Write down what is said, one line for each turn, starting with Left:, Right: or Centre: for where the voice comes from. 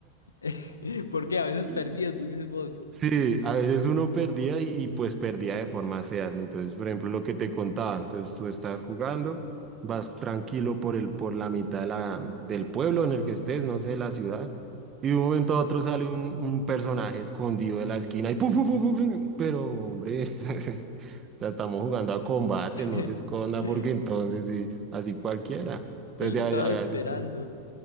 Left: <laughs> Porque a veces
Right: <laughs>
Left: perdidos, dices vos.
Right: Sí, a veces uno perdía y, y, pues perdía de formas feas. Entonces, por ejemplo, lo que te contaba, entonces tú estás jugando, vas tranquilo por el, por la mitad de la, del pueblo en el que estés, no sé, la ciudad, y de un momento a otro sale un, un personaje escondido de la esquina y pum, pum, pum, pum, pum, pero hombre, <laughs> entonces, o sea, estamos jugando a combate,
Left: <laughs>
Right: no se esconda porque entonces sí, así cualquiera. Entonces,
Left: Sí, lo
Right: a,
Left: estaba
Right: a
Left: esperando.
Right: veces que,